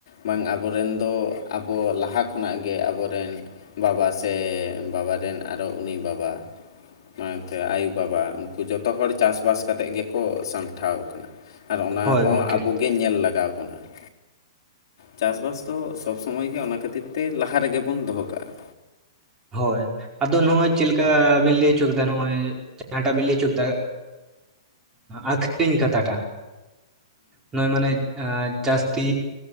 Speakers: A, on the left; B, on the right.
A: ᱵᱟᱝ ᱟᱵᱚ ᱨᱮᱱ ᱫᱚ ᱟᱵᱚ ᱞᱟᱦᱟ ᱠᱷᱚᱱᱟᱜ ᱜᱮ ᱟᱵᱚ ᱨᱮᱱ, ᱵᱟᱵᱟ ᱥᱮ ᱵᱟᱵᱟ ᱨᱮᱱ ᱟᱨᱚ ᱩᱱᱤ ᱵᱟᱵᱟ, ᱚᱱᱟᱛᱮ ᱟᱭᱳᱼᱵᱟᱵᱟ ᱩᱱᱠᱩ ᱡᱚᱛᱚ ᱦᱚᱲ ᱪᱟᱥᱼᱵᱟᱥ ᱠᱟᱛᱮᱫ ᱜᱮᱠᱚ ᱥᱟᱢᱴᱟᱣ ᱟᱠᱟᱱᱟ᱾ ᱟᱨ ᱚᱱᱟ
B: ᱦᱳᱭ
A: ᱦᱚᱸ
B: ᱜᱚᱝᱠᱮ
A: ᱟᱵᱚ ᱜᱮ ᱧᱮᱞ ᱞᱟᱜᱟᱣ ᱵᱚᱱᱟ ᱾ ᱪᱟᱥᱼᱵᱟᱥ ᱫᱚ ᱥᱚᱵᱽ ᱥᱚᱢᱚᱭ ᱜᱮ ᱚᱱᱟ ᱠᱷᱟᱹᱛᱤᱨ ᱛᱮ ᱞᱟᱦᱟ ᱨᱮᱜᱮ ᱵᱚᱱ ᱫᱚᱦᱚ ᱠᱟᱜᱼᱟ᱾
B: ᱦᱳᱭ ᱟᱫᱚ ᱱᱚᱜᱼᱚᱭ ᱪᱮᱫᱠᱟ ᱵᱤᱱ ᱞᱟᱹᱭ ᱦᱚᱪᱚ ᱠᱮᱫᱟ ᱱᱚᱜᱼᱚᱭ ᱡᱟᱦᱟᱸᱴᱟᱜ ᱵᱤᱱ ᱞᱟᱹᱭ ᱦᱚᱪᱚ ᱠᱮᱫᱟ ᱟᱠᱷ <unintelligible> ᱠᱟᱛᱷᱟ ᱴᱟᱜ ᱱᱚᱭ ᱢᱟᱱᱮ ᱮ ᱡᱟᱹᱥᱛᱤ